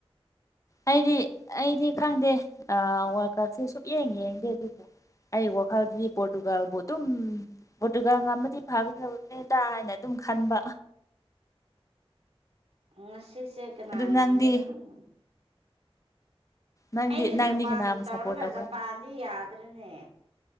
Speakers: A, on the left; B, on the right.
A: ꯑꯩꯗꯤ ꯑꯩꯗꯤ ꯈꯪꯗꯦ ꯋꯥꯔꯀꯔꯁꯦ ꯁꯨꯛ ꯌꯦꯡꯉꯦ ꯌꯦꯡꯗꯦ ꯑꯗꯨꯕꯨ ꯑꯩ ꯋꯥꯈꯜꯗꯤ ꯄꯣꯣꯔꯇꯨꯒꯒꯥꯜꯕꯨꯣ ꯑꯗꯨ ꯄꯣꯇꯨꯒꯥ ꯉꯝꯃꯦ ꯤ ꯐꯈꯤꯗ꯭ꯔꯕꯅꯦꯗ ꯍꯥꯏꯅ ꯑꯗꯨꯝ ꯈꯟꯕ
B: ꯉꯁꯤꯁꯦ ꯀꯅꯥ
A: ꯑꯗꯨ
B: ꯉꯥꯡꯕꯤꯔ
A: ꯅꯪꯗꯤ
B: ꯈꯪꯕꯅꯤ
A: ꯅꯪꯗꯤ
B: ꯑꯩꯗꯤ
A: ꯅꯪꯗꯤ
B: ꯖꯄꯥꯟꯕꯨ
A: ꯀꯅꯥꯕꯨ
B: ꯇꯧꯔꯒ
A: ꯁꯞꯄꯣꯔꯠ ꯇꯧꯕ꯭ꯔꯥ
B: ꯖꯄꯥꯟꯗꯤ ꯌꯥꯗ꯭ꯔꯅꯦ